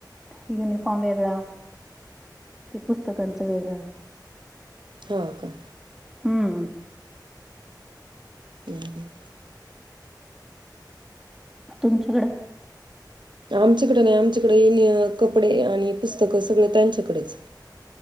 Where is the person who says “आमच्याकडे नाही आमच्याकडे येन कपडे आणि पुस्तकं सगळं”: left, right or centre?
Right